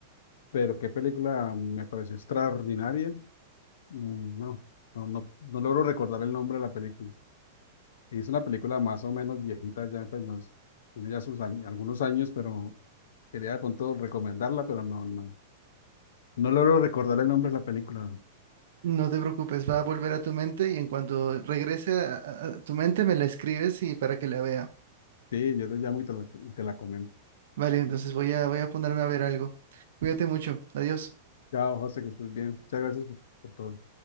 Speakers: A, on the left (about 75°); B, on the right (about 75°).
A: Pero qué película me pareció extraordinaria. Mm, No, no, no, no logro recordar el nombre de la película. Y Es una película más o menos viejita ya, pues no es- tiene ya sus años- algunos años, pero quería con todo recomendarla, pero no, no, no logro recordar el nombre de la película.
B: No te preocupes, va a volver a tu mente y en cuanto regrese a, a- a tu mente me la escribes y para que la vea.
A: Sí, yo te llamo y te la, y te la comento.
B: Vale, entonces voy a, voy a ponerme a ver algo. Cuídate mucho. Adiós.
A: Chao, José, que estés bien. Muchas gracias por por todo.